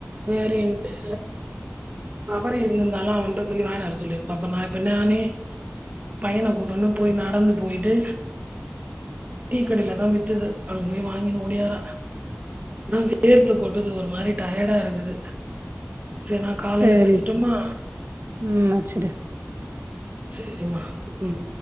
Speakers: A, on the right (about 40°); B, on the right (about 65°).
A: சேரினுட்டு சபரி இருந்திருந்தாலா அவனிட்ட சொல்லி வாங்கியார சொல்லியிருப்பா இப்போ நா இப்ப நானே பயன கூட்டுனு போய் நடந்து போயிட்டு டீக்கடையில தா வித்துது அங்க போய் வாங்கினு ஓடியார நா வேர்த்துக் கொட்டுது ஒரு மாரி டயர்டா இருக்குது செரினா காலையில
B: சேரி
A: பேசட்டுமா
B: ம் வச்சுடு
A: செரிமா ம்